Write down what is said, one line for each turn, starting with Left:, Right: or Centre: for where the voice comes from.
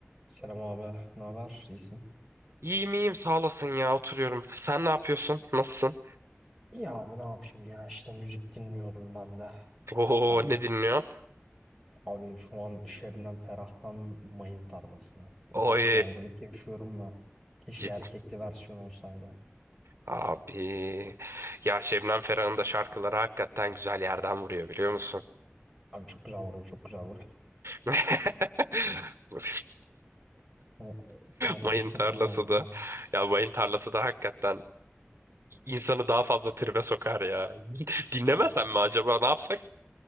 Centre: Selam abi, ne haber? İyisin?
Right: İyiyim iyiyim sağ olasın ya oturuyorum. Sen ne yapıyorsun? Nasılsın?
Centre: İyi abi ne yapayım ya işte müzik dinliyordum ben de.
Right: Oo
Centre: Hani
Right: ne dinliyorsun?
Centre: Abi şu an Şebnem Ferah'tan Mayın Tarlası'na.
Right: Oy
Centre: Ufak bir ayrılık yaşıyorum da. Keşke
Right: ciddi
Centre: erkekli versiyon olsaydı.
Right: abi. Ya Şebnem Ferah'ın da şarkıları hakikaten güzel yerden vuruyor biliyor musun?
Centre: abi çok güzel vuruyor çok güzel vuruyor.
Right: <laughs>
Centre: Yani yani
Right: Mayın
Centre: çok
Right: tarlası
Centre: güzel vuruyor.
Right: da. Ya mayın tarlası da hakikaten insanı daha fazla tribe sokar ya. <laughs> Dinlemesen
Centre: Abi,
Right: mi acaba ne yapsak?